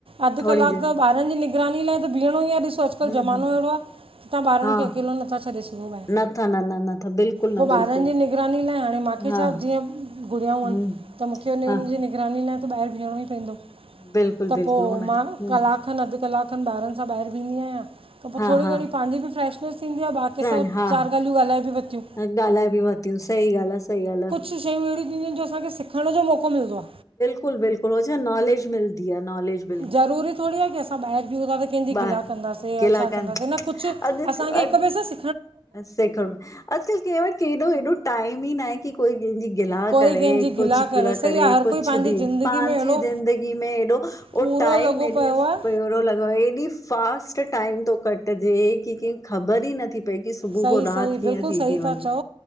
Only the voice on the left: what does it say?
थोरी
देर
हूं
हूं
हा
नथा न न नथा बिल्कुलु
न
बिल्कुलु
हा
हूं
हा
बिल्कुल
बिल्कुल
हुन हूं
हा
हा
फ्रेंड
हा
ॻाल्हाए बि वरतियूं। सही ॻाल्हि आ, सही ॻाल् आ।
बिलकुल- बिलकुल हो छा नॉेलेज मिलदी आ नॉेलेज
ॿार
गिला
कनि
अधु
अधु
सेखण में, अॼकल्ह कंहिं वटि केॾो हेॾो टाइम ई न आहे की कोई कंहिंजी गिला
करे,
को
चिकिला
करे
कुछ
बि
पंहिंजी
ज़िंदगी में एॾो
ओ टाइम
एॾी
थोरो लॻो एॾी फ फास्ट टाइम थो कटिजे की कंहिंखे ख़बर ई नथी पए की सुबुह
खौ राति
कीअं
थी
थी वञे।